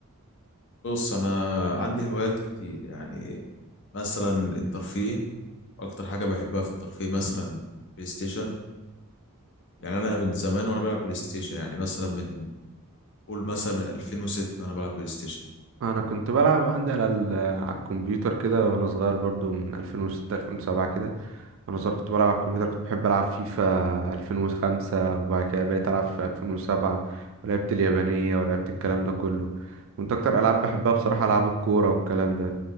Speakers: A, on the left (about 55°); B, on the right (about 60°).
A: بص انا عندي هوايات كتير يعني مثلا الترفيه اكتر حاجة بحبها في الترفيه مثلا بلاي ستيشن يعني انا من زمان وانا بلعب بلاي ستيشن يعني مثلا من قول مثلا من 2006 وانا بلعب بلاي ستيشن
B: انا كنت بلعب عندي على ال- على الكمبيوتر كده وانا صغير برضو من 2006 2007 كده وانا صغير كنت بلعب على الكمبيوتر كنت بحب العب فيفا 2005 وبعد كده بقيت العب في 2007 ولعبت اليابانية ولعبت الكلام ده كله كنت اكتر العاب بحبها بصراحة العاب الكورة والكلام ده